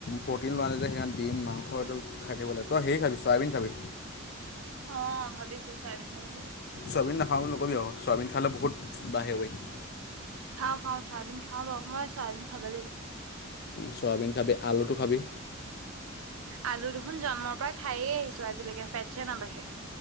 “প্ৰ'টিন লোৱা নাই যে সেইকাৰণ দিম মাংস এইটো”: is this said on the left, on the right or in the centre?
Left